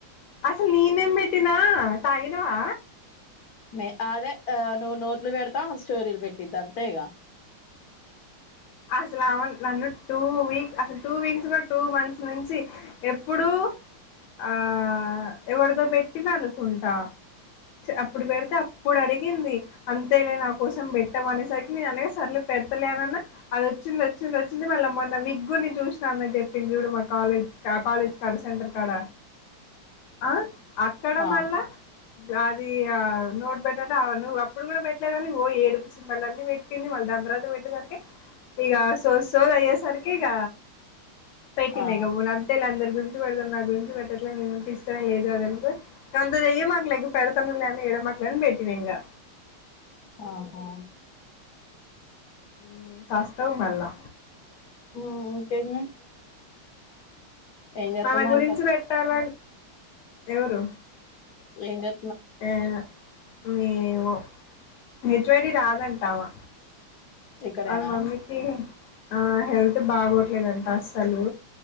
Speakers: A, on the left; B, on the left.
A: అసలు నేనుఏం పెట్నా తాగిినవా
B: మ అదే ఆ నువ్వు నోట్స్ పెడతావు స్టోరీలు పెట్టిది అంతేగ
A: అసలు అవును నన్ను టూ వీక్ అసలు టూ వీక్స్ కూడా టూ మంత్స్ నుంచి ఎప్పుడూ ఆ ఎవరిదో పెట్టిన అనుకుంటా అప్పుడు పెడితే అప్పుడు అడిగింది అంతేలే నా కోసం పెట్టం అనేసరికి నేను అనేసా సర్లే పెడతలేనన్న అది వచ్చింది వచ్చింది వచ్చింది మళ్ళీ మొన్న విక్ కూడా చూసినా అన్నని చెప్పి చూడు మా కాలేజ్ క కాలేజ్ కవి సెంటర్ కాడ ఆ అక్కడ
B: ఆ
A: మళ్ళా అది నోట్ పెట్టంటే అవు నువ్ అప్పుడు కూడా పెట్టలేదని ఓ ఏడుపు సింబల్స్ అన్ని పెట్టి పేటింది మళ్ళ దాన్ తరువాత పెట్టె సార్కే ఈగా సోదిసోది దయ్యే సార్కి ఇగ పేటింది
B: ఆ
A: ఇగ ఊన్ అంతేలే అందరు గుంరి పెడతావ్ నా గురించి పెట్టట్లే నేనంటే ఇష్టాం లేదు అది తెలుసా దాంతో ఎమ్ అనలేక పడుత్తున్నలే ఎడవమాకు లే పెట్టిన ఇంగా
B: ఆహా
A: ఎమ్ స్వస్తవ్ మళ్ళా
B: ఇంకేంది ఏం చేస్తుందంట
A: మన గురించి పెట్టాల ఎవరు
B: ఏమ్ జె
A: ఆ ఏమో హెచ్వాడి రాదంటావా
B: ఇక్కడేనా
A: వాళ్ళ మమ్మీకి ఆ హెల్త్ బాగోట్లేదంట అస్సలు